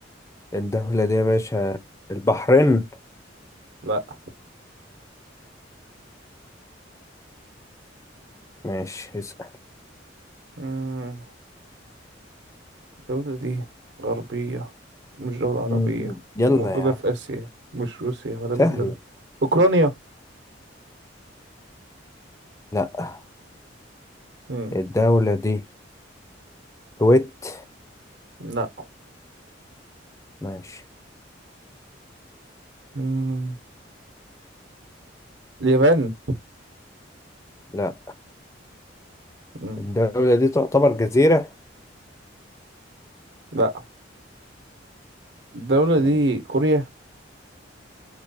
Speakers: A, on the left (about 15°); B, on the right (about 65°).
A: الدولة دي يا باشا البحرين
B: لا
A: ماشي اسأل
B: مم. الدولة دي غربية ومش دولة
A: مم.
B: عربية
A: يلا
B: وموجودة
A: يا عم
B: في آسيا مش روسيا ولا
A: سهلة
B: بيلاروس أوكرانيا
A: لا
B: مم.
A: الدولة دي كويت
B: لا
A: ماشي
B: مم. اليابان
A: لا
B: مم.
A: الدولة دي تعتبر جزيرة
B: لا الدولة دي
A: ماشي
B: كوريا